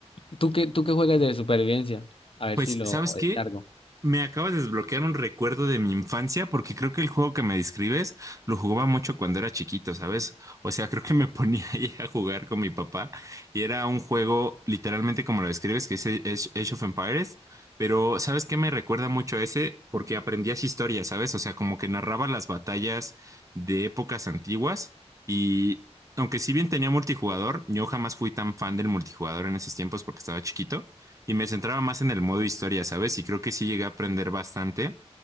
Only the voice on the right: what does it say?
pues,
¿sabes
qué? Me acabas de desbloquear un recuerdo de mi infancia porque creo que el juego que me describes lo jugaba mucho cuando era chiquito, ¿sabes? O sea, creo que me ponía <laughs> ahí a jugar con mi papá y era un juego literalmente como lo describes, que es Age Age of Empires, pero ¿sabes qué me recuerda mucho a ese? Porque aprendías historia, ¿sabes? O sea, como que narraba las batallas de épocas antiguas y aunque si bien tenía multijugador, yo jamás fui tan fan del multijugador en esos tiempos porque estaba chiquito y me centraba más en el modo historia, ¿sabes? Y creo que sí llegué a aprender bastante